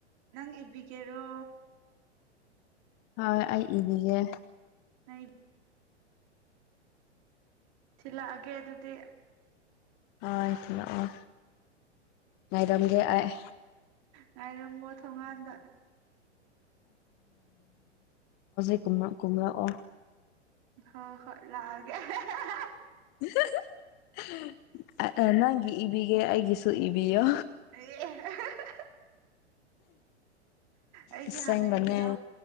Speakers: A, on the right (about 40°); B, on the left (about 30°).
A: ꯅꯪ ꯏꯕꯤꯒꯦꯔꯣ
B: ꯍꯣꯏ ꯑꯩ ꯏꯕꯤꯒꯦ
A: ꯑꯩ ꯊꯤꯜꯂꯛꯑꯒꯦ ꯑꯗꯨꯗꯤ
B: ꯍꯣꯏ ꯊꯤꯟꯂꯛꯑꯣ ꯃꯥꯏꯔꯝꯒꯦ ꯑꯩ
A: ꯉꯥꯏꯔꯝꯃꯣ ꯊꯣꯡꯒꯥꯟꯗ
B: ꯎꯝ <unintelligible> ꯀꯨꯝꯂꯛꯑꯣ
A: ꯍꯣꯏ ꯍꯣꯏ ꯂꯥꯛꯑꯒꯦ <unintelligible>
B: <unintelligible> ꯅꯪꯒꯤ ꯏꯕꯤꯒꯦ ꯑꯩꯒꯤꯁꯨ ꯏꯕꯤꯌꯣ
A: ꯑꯦ <unintelligible> ꯑꯩꯒꯤ
B: ꯑꯁꯦꯡꯕꯅ
A: ꯍꯥꯟꯅ ꯏꯕꯤꯔꯣ